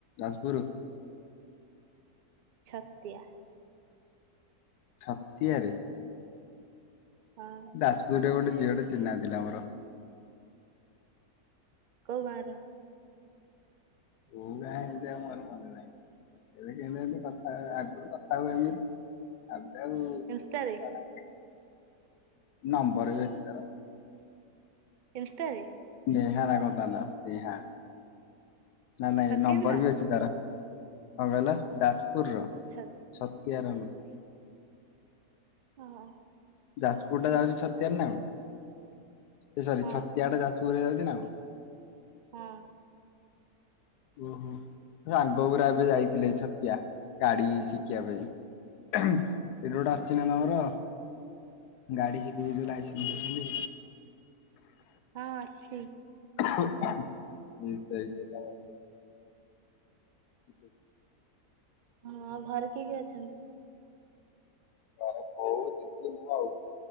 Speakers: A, on the left; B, on the right.
A: ଯାଜପୁରୁୁ।
B: ଛତିଆ।
A: ଛାତିଆରେ।
B: ହଁ
A: ଯାଜପୁର ରେ ଗୋଟେ ଝିଅ ଟେ ଚିହ୍ନା ଥିଲା ମୋର।
B: କୋଉ ଗାଁର?
A: କୋଉ ଗାଁ ଏ ମିତି ଆଉ ମୋର ମନେ ନାହିଁ, ଏବେ କେମିତି ଏମ କଥା ଆଗରୁ କଥା ହଉ ଏମିତି। ଆବେ ଆଉ <unintelligible>
B: ଇନଷ୍ଟାରେ
A: ନମ୍ବର ବି ଅଛି ତାର।
B: ଇସଷ୍ଟାରେ।
A: ନେହାରା ଗଦାନା ସ୍ନେହ୍ନା ନା ନାଇଁ
B: ଛତିଆ
A: ନମ୍ବର
B: ପିଲା
A: ବି ଅଛି ତାର। କଣ କହିଲ ଯାଜପୁରୁ ର
B: ଛ
A: ଛତିଆରନୁହୁଁ।
B: ହଁ ହଁ।
A: ଯାଜପୁର ଟା ଯାଉଛି ଛତିଆରେ ନା ଆଉ, ଏ ସରି
B: ହଁ
A: ଛତିଆ ଟା ଯାଜପୁରରେ ଯାଉଛି ନା ଆଉ।
B: ହଁ।
A: ଓହୋ ସାଙ୍ଗ ଗୁରା ଏବେ ଯାଇଥିଲେ ଛତିଆ, ଗାଡି ଶିଖିବା ପାଇଁ। ଏଠି ଗୋଟେ ଆସିଛି ନା ନମର। ଗାଡି ଶିଖିବି ଯୋଉ ଲାଇସେନ୍ସ ଦେଇଥିଲି।
B: ହଁ ଅଛି।
A: ସେଇ <unintelligible> <inaudible>
B: ହଁ ଆଉ ଘରେ କିଏ କିଏ ଅଛନ୍ତି?
A: ଘରେ ବୋଉ, ଜିତୁ, ମୁଁ ଆଉ